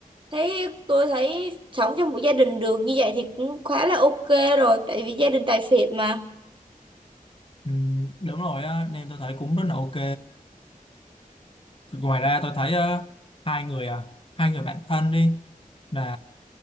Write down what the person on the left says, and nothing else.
Ừ, đúng rồi á nên tôi thấy cũng rất là ok ngoài ra tôi thấy ờ, hai người à hai người bạn thân đi là